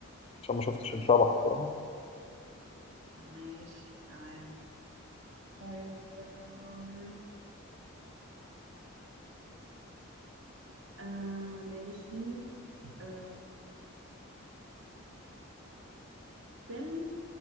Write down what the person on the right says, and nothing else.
ماشي تمام طيب آم، آه ماشي آه فيلم